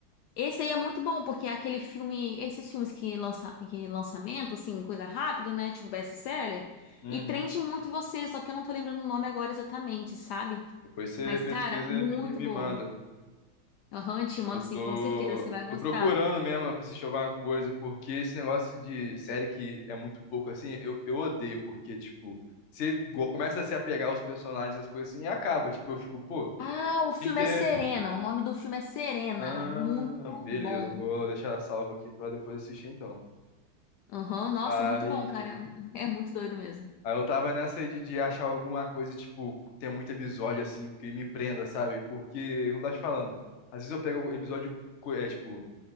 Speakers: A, on the left; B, on the left.
A: Esse aí é muito bom, porque é aquele filme, esses filmes que lança, que lançamento, assim, coisa rápida, né? Tipo best-seller,
B: Uhum.
A: e prende muito você, só que eu não tô lembrando o nome agora exatamente, sabe?
B: Depois você
A: Mas,
B: pesquisa
A: cara, muito
B: e me, me
A: bom.
B: manda.
A: Aham, te mando
B: Eu tô,
A: sim, com certeza, você vai gostar.
B: tô procurando mesmo pra assistir alguma coisa, porque esse negócio de série que é muito pouco assim, eu, eu odeio, porque, tipo, você go- começa a se apegar aos personagens, as coisas assim, e acaba. Tipo, eu fico, pô,
A: Ah, o filme
B: tem que ter.
A: é Serena. O nome do filme é Serena.
B: Ah,
A: Muito
B: beleza,
A: bom.
B: vou deixar salvo aqui pra depois assistir então.
A: Aham, nossa,
B: Aí
A: muito bom, cara. É é muito doido mesmo.
B: Aí eu tava nessa aí de, de achar alguma coisa, tipo, tem muito episódio, assim, que me prenda, sabe? Porque, como eu tava te falando, às vezes eu pego episódio, co- é, tipo,